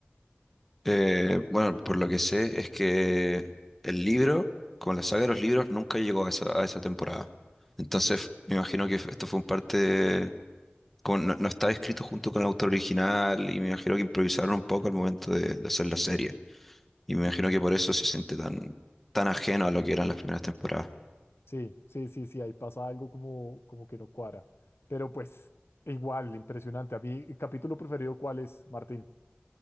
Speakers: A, in the centre; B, on the left (about 80°).
A: Eh, bueno, por lo que sé es que el libro, con la saga de los libros, nunca llegó a esa, a esa temporada. Entonces, me imagino que esto fue un parte como no, no estaba escrito junto con el autor original y me imagino que improvisaron un poco al momento de, de hacer la serie. Y me imagino que por eso se siente tan, tan ajeno a lo que eran las primeras temporadas.
B: Sí, sí, sí, sí, ahí pasa algo como, como que no cuadra. Pero pues, igual, impresionante. A mí, capítulo preferido cuál es, Martín?